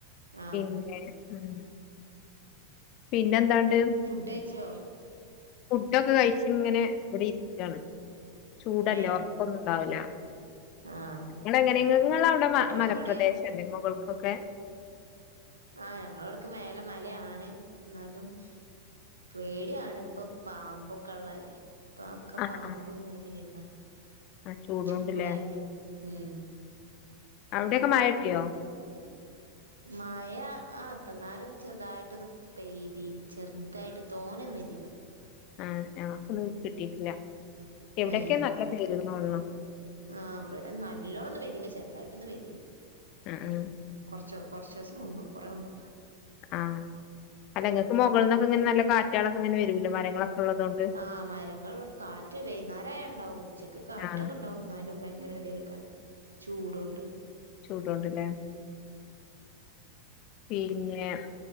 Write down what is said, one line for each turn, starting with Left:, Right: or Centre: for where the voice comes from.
Right: ആഹ്
Left: പിന്നെ ഉം പിന്നെന്താണ്ട്
Right: ഫുഡ്ഡൈയ്‌ച്ചോ
Left: ഫുഡൊക്കെ കഴിച്ച്ങ്ങനെ ഇവടെ ഇരിക്കാണ് ചൂടല്ലേ
Right: ഏ
Left: ഒർ കൊന്നുണ്ടാവൂല
Right: ആഹ്
Left: ഇങ്ങളെങ്ങനെ ഇങ്ങളവടെ
Right: കുട്ടികളൊക്കെ
Left: മലപ്രദേശ
Right: എവിടെ
Left: എന്റെ മുകൾക്കൊക്കെ
Right: ആഹ് ഞങ്ങളവിടക്ക് മേലെ മലയാണ് ഇന്നാലും പേടിയാണ്പ്പൊ പാമ്പൊക്കെള്ളല്ലേ. പ ഒക്കെ
Left: ആഹ്
Right: പാമ്പ്
Left: ആഹ്
Right: കേറിയേക്ക
Left: ആഹ് ചൂടുകൊണ്ടില്ലേ
Right: ചൂടായൊണ്ടേയ് ഉം
Left: അവടെക്കെ മയട്ട്യോ.
Right: മയ ആഹ് ഇപ്പന്നാരൊന്ന് ചെർതായിട്ടൊന്ന് പെയ്തീനി ചെർതായിട്ട് തോനൊന്നും എയ്തീല
Left: ആഹ് ആഹ് ഞങ്ങക്കൊന്നും കിട്ടിട്ടില്ല എവിടൊക്കെ
Right: ഏഹ്
Left: നല്ല പെയ്തിണ്ട്തോണുണു.
Right: ആഹ് ഇവടെ നല്ലോണംന്നും പെയ്തിട്ട്ല്ല ചെർതായിട്ടൊന്ന് പെയ്തീനി.
Left: ആഹ് ആഹ്
Right: കൊർച്ചോ കൊർച്ചോസം മുമ്പ് കുറേ മുമ്പ്
Left: ആഹ് അല്ലങ്ങക്ക് മൊകൾന്നൊക്കെങ്ങനെ നല്ല കാറ്റാളൊക്കെങ്ങനെവൂലെ മരങ്ങളൊക്കെള്ളതോണ്ട്
Right: ആഹ് മരങ്ങളള്ളതോണ്ട് കാറ്റ് വൈന്നേരായ ണ്ടാവും. ഉച്ചക്ക് കാറ്റൊക്കെണ്ടാവും
Left: ആഹ്
Right: ന്നാലും ഭയങ്കര ഗതീടെകാരം ചൂടോണ്ട്.
Left: ചൂടോണ്ട്ലെ പിന്നെ